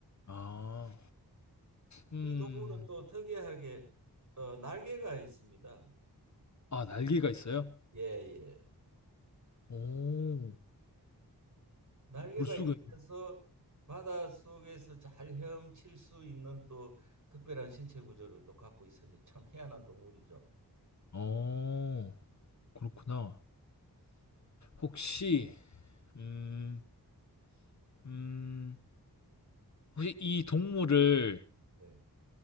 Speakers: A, on the left; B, on the right.
A: 아, 음,
B: 이 동물은 또 특이하게 어, 날개가 있습니다.
A: 아, 날개가 있어요?
B: 예, 예.
A: 오,
B: 날개가
A: 물속에,
B: 있으면서 바닷속에서 잘 헤엄칠 수 있는 또 특별한 신체 구조를 또 갖고 있으니 참 희한한 동물이죠.
A: 어, 그렇구나. 혹시, 음, 음, 혹시 이 동물을
B: 네.